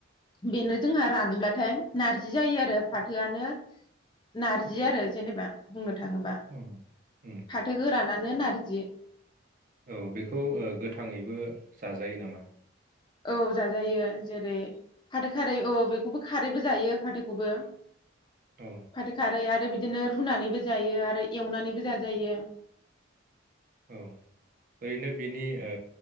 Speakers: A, on the left; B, on the right.
A: बेनो जोंहा रानब्लाथाय नारजि जायो आरो। फाथोआनो नारजि आरो जेनेबा बुंनो थाङोबा
B: औ उम
A: फाथो गोरानानो नारजि।
B: औ बेखौ गोथाङैबो जाजायो नामा?
A: औ जाजायो जेरै फाथो खारै औ बेखौबो खारैबो जायो फाथोखौबो।
B: औ
A: फाथो खारै आरो बि बिदिनो रुनानैबो जायो आरो एवनानैबो जाजायो।
B: औ ओरैनो बेनि ओ